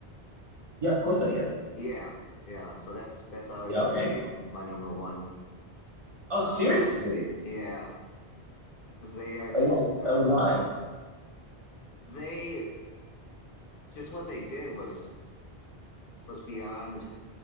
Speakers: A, on the right (about 35°); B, on the left (about 60°).
A: Yeah, of course I am.
B: Yeah, yeah. So that's that's always
A: Yeah,
B: going
A: okay.
B: to be my number one.
A: Oh,
B: Um,
A: seriously?
B: yeah, because they are just
A: Uh, wh-
B: um,
A: uh, why?
B: they just what they did was was beyond